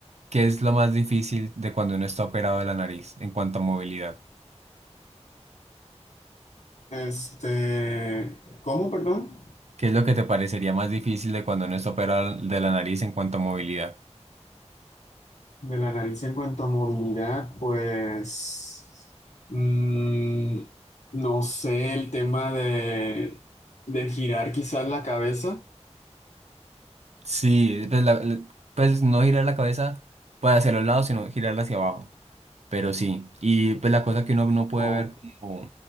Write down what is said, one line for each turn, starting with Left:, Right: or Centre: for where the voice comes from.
Right: qué es lo más difícil de cuando uno está operado de la nariz en cuanto a movilidad?
Left: Este, ¿cómo, perdón?
Right: ¿Qué es lo que te parecería más difícil de cuando uno está operado de la nariz en cuanto a movilidad?
Left: De la nariz en cuanto a movilidad, pues mm, no sé, el tema de, de girar quizás la cabeza
Right: Sí, pues, la- la- pues no girar la cabeza para hacia los lados, sino girarla hacia abajo. Pero sí, y pues la cosa que uno no puede
Left: o
Right: ver, como,